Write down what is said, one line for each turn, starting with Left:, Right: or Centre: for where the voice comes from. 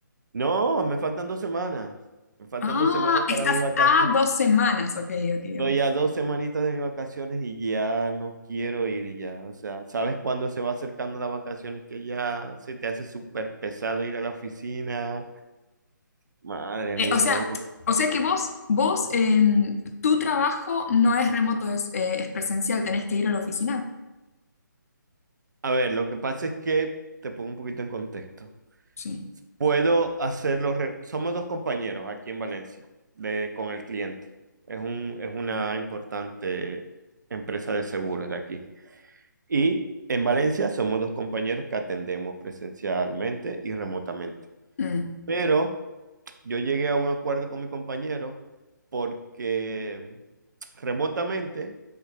Right: No, me faltan dos semanas. Me faltan
Left: Ah,
Right: dos semanas
Left: estás
Right: para mi vacaciones.
Left: a dos semanas. Ok, ok,
Right: Estoy
Left: ok.
Right: a dos semanitas de mis vacaciones y ya no quiero ir ya. O sea, ¿sabes cuándo se va acercando las vacaciones que ya se te hace súper pesado ir a la oficina? Madre
Left: Eh,
Right: mía,
Left: o sea,
Right: no.
Left: o sea que vos, vos, em, tu trabajo no es remoto, es, eh, es presencial, tenés que ir a la oficina.
Right: A ver, lo que pasa es que te pongo un poquito en contexto.
Left: Sí.
Right: Puedo hacerlo. re- Somos dos compañeros aquí en Valencia de, con el cliente. Es un, es una importante empresa de seguros de aquí. Y en Valencia somos dos compañeros que atendemos presencialmente y remotamente.
Left: Mm,
Right: Pero Yo llegué a un acuerdo con mi compañero porque remotamente